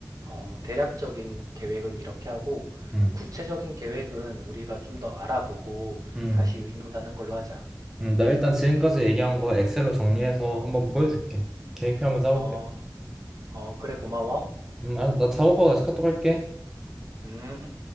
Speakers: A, on the right (about 55°); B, in the centre.
A: 어, 대략적인 계획은 이렇게 하고
B: 음,
A: 구체적인 계획은 우리가 좀 더 알아보고
B: 음,
A: 다시 의논하는 걸로 하자.
B: 음, 나 일단 지금까지 얘기한 거 엑셀로 정리해서 한번 보여줄게. 계획표 한번 짜볼게.
A: 어, 어, 그래 고마워.
B: 음, 아, 나 작업하고 다시 카톡 할게.
A: 음.